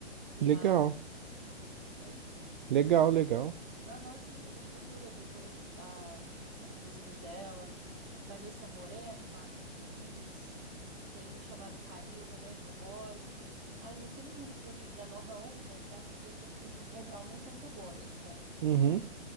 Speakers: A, on the right; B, on the right.
A: Tem
B: Legal,
A: a Vanessa Oi?
B: legal, legal.
A: Aham, sim, depois procura depois a, as músicas dela. Vanessa Moreno, Martins, tem um chamado Kalil também, que eu gosto. Aí eu tenho muitos, assim, da nova onda, graças a Deus eu pude encontrar um montão que eu gosto, sabe?
B: Uhum.